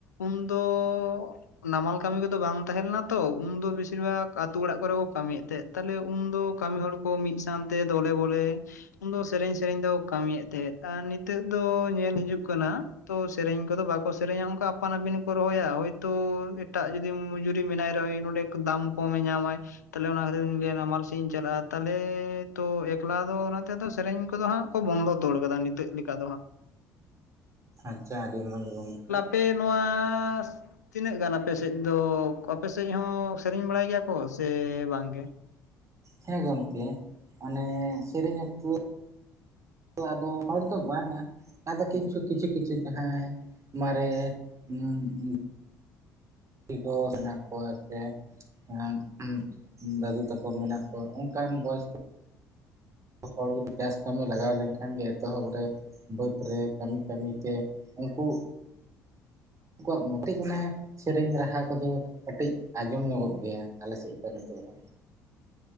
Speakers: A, on the left; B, on the right.
A: ᱩᱱᱫᱚ ᱱᱟᱢᱟᱞ ᱠᱟᱹᱢᱤ ᱠᱚᱫᱚ ᱵᱟᱝ ᱛᱟᱦᱮᱸ ᱞᱮᱱᱟ ᱛᱚ ᱩᱱᱫᱚ ᱵᱮᱥᱤᱨ ᱵᱷᱟᱜ ᱟᱹᱛᱩ ᱚᱲᱟᱜ ᱠᱚᱨᱮ ᱠᱚ ᱠᱟᱹᱢᱤᱭᱮᱫ ᱛᱟᱦᱮᱸᱫ ᱛᱟᱦᱞᱮ ᱩᱱ ᱫᱚ ᱠᱟᱹᱢᱤ ᱦᱚᱲ ᱵᱚ ᱢᱤᱫ ᱥᱟᱶᱛᱮ ᱫᱚᱞᱮ ᱵᱚᱞᱮ ᱩᱱᱫᱚ ᱥᱮᱨᱮᱧ ᱥᱮᱨᱮᱧ ᱫᱚ ᱠᱟᱹᱢᱤᱭᱮᱫ ᱛᱟᱦᱮᱸᱫ ᱟᱨ ᱱᱤᱛᱚᱜ ᱫᱚ ᱧᱮᱞ ᱦᱤᱡᱩᱜ ᱠᱟᱱᱟ ᱛᱚ ᱥᱮᱨᱮᱧ ᱠᱚᱫᱚ ᱵᱟᱠᱚ ᱥᱮᱨᱮᱧᱟ ᱚᱱᱠᱟ ᱟᱯᱟᱱ-ᱟᱹᱯᱤᱱ ᱠᱚ ᱨᱚᱦᱚᱭᱟ ᱦᱚᱭᱛᱚ ᱮᱴᱟᱜ ᱡᱩᱫᱤ ᱢᱚᱡᱩᱨᱤ ᱢᱮᱱᱟᱭ ᱨᱮ ᱦᱚᱸᱭ ᱱᱚᱸᱰᱮ ᱫᱟᱢ ᱠᱚᱢᱮ ᱧᱟᱢᱟᱭ ᱛᱟᱦᱚᱞᱮ ᱚᱱᱟ ᱠᱷᱟᱹᱛᱤᱨ ᱩᱱᱤᱫᱚᱭ ᱞᱟᱹᱭᱟ ᱱᱟᱢᱟᱞ ᱥᱮᱫ ᱤᱧ ᱪᱟᱞᱟᱜᱼᱟ᱾ ᱛᱟᱦᱚᱞᱮ ᱛᱚ ᱮᱠᱞᱟ ᱫᱚ ᱚᱱᱟᱛᱮ ᱥᱮᱨᱮᱧ ᱠᱚᱫᱚ ᱦᱟᱸᱜ ᱠᱚ ᱵᱚᱱᱫᱚ ᱛᱚᱲ ᱠᱟᱫᱟ ᱱᱤᱛᱚᱜ ᱞᱮᱠᱟ ᱫᱚ ᱦᱟᱸᱜ
B: ᱟᱪᱪᱟ ᱟᱹᱰᱤ ᱢᱚᱸᱡᱽ ᱜᱚᱝᱠᱮ᱾
A: ᱯᱮ ᱱᱚᱣᱟ ᱛᱤᱱᱟᱹᱜ ᱜᱟᱱ ᱟᱯᱮᱥᱮᱫ ᱫᱚ ᱟᱯᱮᱥᱮᱡ ᱦᱚᱸ ᱥᱮᱨᱮᱧ ᱵᱟᱲᱟᱭ ᱜᱮᱭᱟ ᱠᱚ ᱥᱮ ᱵᱟᱝ ᱜᱮ
B: ᱦᱮᱸ ᱜᱚᱝᱠᱮ ᱚᱱᱮ ᱥᱮᱨᱮᱧ <unintelligible> ᱟᱫᱚ ᱟᱫᱚ <unintelligible> ᱫᱚ ᱵᱟᱝᱟ ᱟᱫᱚ ᱠᱤᱪᱩ ᱠᱤᱪᱷᱤ ᱠᱤᱪᱷᱤ ᱡᱟᱦᱟᱸᱭ ᱢᱟᱨᱮ ᱩᱸᱻ ᱩᱸ ᱟᱹᱰᱤ ᱵᱮᱥ ᱢᱮᱱᱟᱜ ᱠᱚᱣᱟ ᱥᱮ ᱦᱮᱸ ᱩᱦᱩᱸᱫᱟᱹᱫᱩ ᱛᱮᱠᱚ ᱢᱮᱱᱟᱜ ᱠᱚᱣᱟ ᱚᱱᱠᱟᱱ ᱵᱚᱭᱮᱥ ᱠᱚ ᱡᱚᱛᱚ ᱦᱚᱲ ᱡᱩᱫᱤ ᱪᱟᱥ ᱠᱟᱹᱢᱤ ᱞᱟᱜᱟᱣ ᱞᱮᱱᱠᱷᱟᱱ ᱜᱮ ᱮᱛᱚᱦᱚᱵ ᱨᱮ ᱵᱟᱹᱫᱽ ᱨᱮ ᱠᱟᱹᱢᱤ ᱠᱟᱹᱢᱤᱛᱮ ᱩᱱᱠᱩ ᱩᱱᱠᱩᱣᱟᱜ ᱢᱚᱛᱤ ᱠᱟᱱᱟᱭ ᱥᱮᱨᱮᱹᱧ ᱨᱟᱦᱟ ᱠᱚᱫᱚ ᱠᱟᱹᱴᱤᱡ ᱟᱸᱡᱚᱢ ᱧᱚᱜᱚᱜ ᱜᱮᱭᱟ ᱟᱞᱮ ᱥᱮᱫ ᱫᱚ ᱱᱤᱛᱚᱜ ᱨᱮ ᱦᱚᱸ